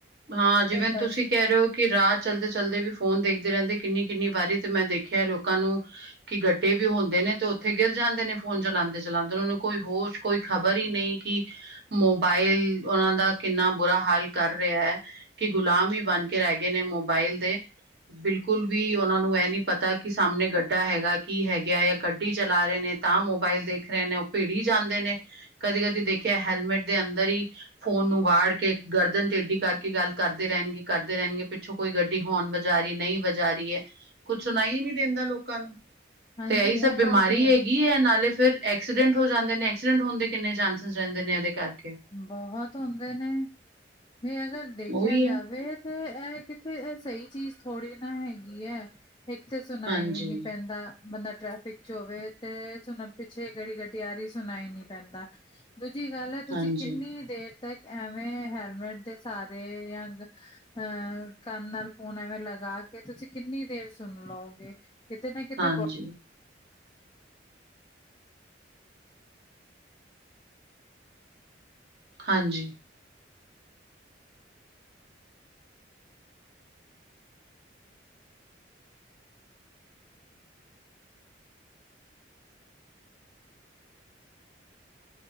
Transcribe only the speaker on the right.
ਹਾਂ ਜਿਵੇਂ
ਤੁਸੀਂ ਕਹਿ ਰਹੇ ਹੋ ਕਿ ਰਾਤ ਚਲਦੇ ਚਲਦੇ ਵੀ ਫੋਨ ਦੇਖਦੇ ਰਹਿੰਦੇ ਕਿੰਨੀ ਕਿੰਨੀ ਵਾਰੀ ਤੇ ਮੈਂ ਦੇਖਿਆ ਲੋਕਾਂ ਨੂੰ ਕਿ ਗੱਡੇ ਵੀ ਹੁੰਦੇ ਨੇ ਤੇ ਉੱਥੇ ਗਿਰ ਜਾਂਦੇ ਨੇ ਫੋਨ ਚਲਾਉਂਦੇ ਚਲਾਉਂਦੇ ਉਹਨਾਂ ਨੂੰ ਕੋਈ ਹੋਸ਼ ਕੋਈ ਖ਼ਬਰ ਹੀ ਨਹੀਂ ਕਿ ਮੋਬਾਇਲ ਉਹਨਾ ਦਾ ਕਿੰਨਾ ਬੁਰਾ ਹਾਲ ਕਰ ਰਿਹਾ ਹੈ। ਕਿ ਗੁਲਾਮ ਹੀ ਬਣ ਕੇ ਰਹਿ ਗਏ ਨੇ ਮੋਬਾਇਲ ਦੇ ਬਿਲਕੁਲ ਵੀ ਉਹਨਾਂ ਨੂੰ ਇਹ ਨੀ ਪਤਾ ਕਿ ਸਾਹਮਣੇ ਗੱਡਾ ਹੈਗਾ ਕੀ ਹੈਗਾ ਜਾਂ ਗੱਡੀ ਚਲਾ ਰਹੇ ਨੇ। ਤਾਂ ਮੋਬਾਇਲ ਦੇਖ ਰਹੇ ਨੇ ਉਹ ਭਿੜ ਹੀ ਜਾਂਦੇ ਨੇ ਕਦੀ ਕਦੀ ਦੇਖਿਆ ਹੈਲਮੇਟ ਦੇ ਅੰਦਰ ਹੀ। ਫੋਨ ਨੂੰ ਵਾੜ ਕੇ ਗਰਦਨ ਟੇਡੀ ਕਰਕੇ ਗੱਲ ਕਰਦੇ ਰਹਿਣਗੇ ਕਰਦੇ ਰਹਿਣਗੇ ਪਿੱਛੋਂ। ਕੋਈ ਗੱਡੀ ਹੋਰਨ ਵਜਾ ਰਹੀ ਨਹੀਂ ਵਜਾ ਰਹੀ ਹੈ ਕੁਛ ਸੁਣਾਈ ਨਹੀਂ ਦਿੰਦਾ ਲੋਕਾਂ ਨੂੰ।
ਤੇ ਇਹੀ
ਸਭ ਬਿਮਾਰੀ
ਹੈਗੀ ਹੈ ਨਾਲੇ ਫਿਰ। ਐਕਸੀਡੈਂਟ ਹੋ ਜਾਂਦੇ ਨੇ ਐਕਸੀਡੈਂਟ ਹੋਣ ਦੇ ਕਿੰਨੇ ਚਾਂਸਿਸ ਰਹਿੰਦੇ ਨੇ ਇਹਦੇ ਕਰਕੇ।
ਉਹੀ ਹੈ
ਹਾਂਜੀ
ਹਾਂਜੀ
ਹਾਂਜੀ
ਹਾਂਜੀ।